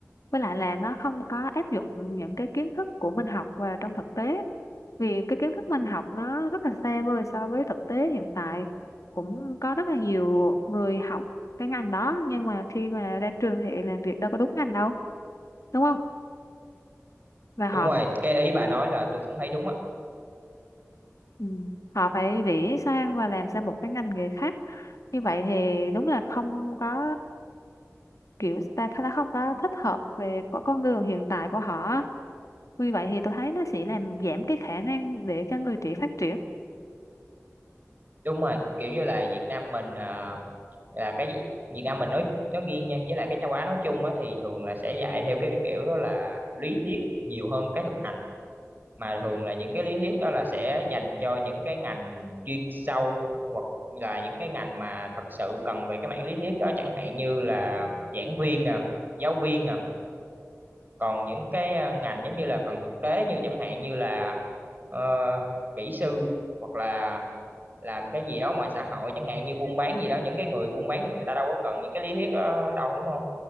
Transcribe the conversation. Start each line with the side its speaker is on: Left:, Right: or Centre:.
Left: Với lại là nó không có áp dụng những cái kiến thức của mình học vào trong thực tế. vì cái kiến thức mình học nó rất là xa vời so với thực tế hiện tại cũng có rất là nhiều người học cái ngành đó nhưng mà khi mà ra trường thì làm việc đâu có đúng ngành đâu đúng không và họ
Right: đúng rồi cái ý bà nói là tôi cũng thấy đúng á
Left: ừ, họ phải rẽ sang và làm sang một cái ngành nghề khác như vậy thì đúng là không có kiểu ta ta không có thích hợp về có con đường hiện tại của họ vì vậy thì tôi thấy nó sẽ làm giảm cái khả năng để cho người trẻ phát triển
Right: đúng rồi kiểu như là Việt Nam mình à, là cái Việt Nam mình nói nói riêng nha với lại cái châu Á nói chung á thì thường là sẽ dạy theo cái kiểu đó là lý thuyết nhiều hơn cái thực hành mà thường là những cái lý thuyết đó là sẽ dành cho những cái ngành chuyên sâu hoặc là những cái ngành mà thật sự cần về cái mảng lý thuyết đó chẳng hạn như là giảng viên nè giáo viên nè còn những cái ờ, ngành giống như là cần thực tế như chẳng hạn như là ờ, kỹ sư hoặc là làm cái gì đó ngoài xã hội chẳng hạn như buôn bán gì đó những cái người buôn bán thì người ta đâu có cần những cái lý thuyết đó đâu đúng không